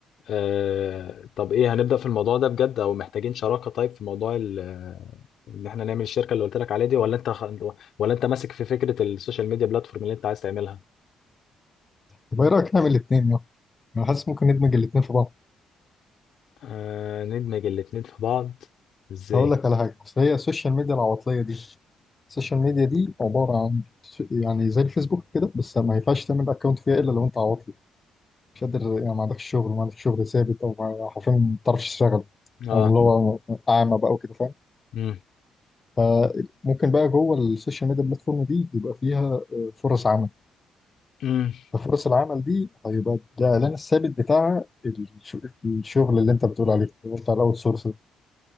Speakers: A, on the left; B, on the left.
A: آه طب ايه هنبدا في الموضوع ده بجد او محتاجين شراكه طيب في موضوع ال- آه، ان احنا نعمل الشركه اللي قلت لك عليها دي ولا انت خ- ولا انت ماسك في فكره السوشيال ميديا بلاتفورم اللي انت عايز تعملها
B: طب ايه رايك نعمل الاثنين يلا انا حاسس ممكن ندمج الاثنين في بعض
A: آه ندمج الاتنين في بعض ازاي
B: هقول لك على حاجه بس هي السوشيال ميديا العواطليه دي السوشيال ميديا دي عباره عن س- يعني زي الفيسبوك كده بس ما ينفعش تعمل اكونت فيها الا لو انت عواطلي مش قادر يعني ما عندكش شغل ما عندكش شغل ثابت او ما- حرفيا ما بتعرفش تشتغل
A: اه
B: او اللي هو اعمى بقى وكده فاهم
A: امم
B: فممكن بقى جوه السوشيال ميديا بلاتفورم دي يبقى فيها آه، فرص عمل
A: امم
B: ففرص العمل دي هيبقى الاعلان الثابت بتاع الش- الشغل اللي انت بتقول عليه اللي هو بتاع الاوت سورس